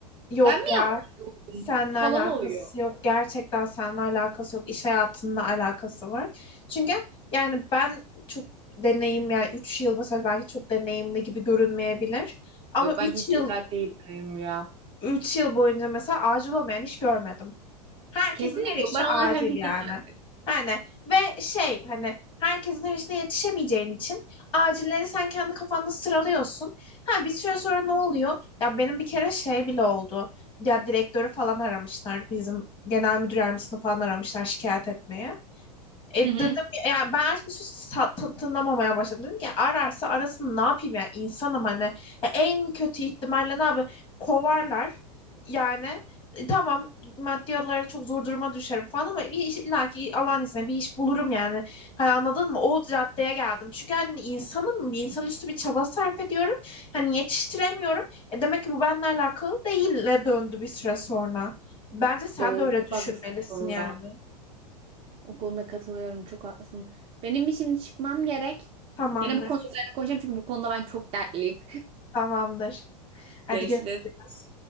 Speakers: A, on the left; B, on the right.
A: yok
B: Ben mi
A: ya.
B: yapamıyorum?
A: Seninle
B: Falan
A: alakası
B: oluyor.
A: yok. Gerçekten seninle alakası yok. İş hayatında alakası var. Çünkü yani ben çok deneyim yani 3 yıl mesela belki çok deneyimli gibi görünmeyebilir. Ama
B: Yok ben
A: üç
B: hiç
A: yıl
B: güzel değilim ya.
A: üç yıl boyunca mesela acil olmayan iş görmedim. Herkesin
B: Kesinlikle
A: her işi
B: yok. Ben
A: acil
B: ona hemfikirim
A: yani.
B: artık.
A: Yani ve şey hani herkesin her işine yetişemeyeceğin için acilleri sen kendi kafanda sıralıyorsun. Ha bir süre sonra ne oluyor? Ya benim bir kere şey bile oldu. Ya direktörü falan aramışlar. Bizim genel müdür yardımcısını falan aramışlar şikayet etmeye. E
B: Hı hı.
A: dedim ya- yani ben artık bir sus sa- ta- tınlamamaya başladım. Dedim ki ararsa arasın ne yapayım ya insanım hani. E, en kötü ihtimalle ne yapayım kovarlar. Yani e, tamam maddi olarak çok zor duruma düşerim falan ama bir iş, illa ki Allah'ın izniyle bir iş bulurum yani. Hani anladın mı? O raddeye geldim. Çünkü hani insanım bir insanüstü bir çaba sarf ediyorum. Hani yetiştiremiyorum. E demek ki bu benimle alakalı değille döndü bir süre sonra. Bence sen
B: Doğru.
A: de öyle
B: Çok
A: düşünmelisin
B: haklısın o konuda.
A: yani.
B: O konuda katılıyorum. Çok haklısın. Benim bir şimdi çıkmam gerek.
A: Tamamdır.
B: Gene bu konu üzerine konuşacağım çünkü bu konuda ben çok dertliyim.
A: Tamamdır. Hadi
B: <laughs> Görüşürüz.
A: görüşürüz.